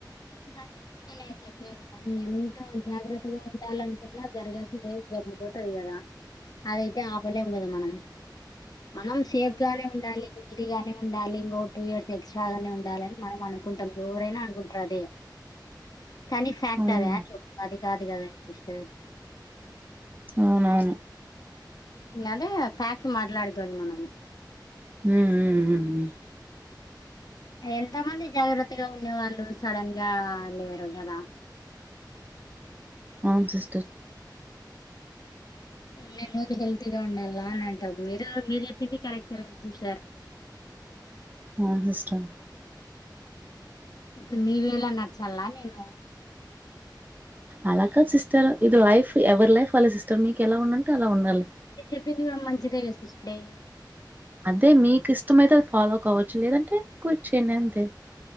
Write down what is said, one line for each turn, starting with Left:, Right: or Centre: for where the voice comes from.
Left: కరెక్ట్ ఆ నేన్ చెప్పేది మనం ఎంత జాగ్రత్తగా ఉండాలనుకున్నా జరగాల్సింది ఎదో జరిగిపోతది కదా అదైతే ఆపలేము కదా మనం మనం సేఫ్ గానే ఉండాలి ది గానే ఉండాలి ఇంకో టూ ఇయర్స్ ఎక్స్ట్రాగానే ఉండాలని మనం అనుకుంటాం ఎవరైనా అనుకుంటారు అది కానీ ఫ్యాక్ట్
Right: అవును
Left: అదే యాక్టువల్లి అది కాదు కదా సిస్టర్
Right: అవునవును
Left: ఉన్నదే ఫ్యాక్ట్ మాట్లాడుకోవాలి మనం
Right: హు హ్మ్ ఉమ్ ఉమ్ ఉమ్
Left: ఎంత మంది జాగ్రత్తగా ఉండే వాళ్ళు సడన్ గా లేరు కదా
Right: అవును సిస్టర్
Left: నేను హెల్తీగా ఉండాలా అని అంటాం మీరు మీరు చెప్పింది కూడా కరెక్టేలే సిస్టర్
Right: ఆ సిస్టర్
Left: ఇప్పుడు మీ వే లో నచ్చల నేను
Right: అలా కాదు సిస్టర్ ఇది లైఫ్ ఎవరి లైఫ్ వాళ్ళే సిస్టర్ మీకు ఎలా ఉండంటే అలా ఉండాలి
Left: మీరు చెప్పింది గూడా మంచిదే గా స్పెయిన్
Right: తే మీకు ఇష్టమేతే అది ఫాలో కావోచ్చు లేదంటే క్విట్ చేయండి అంతే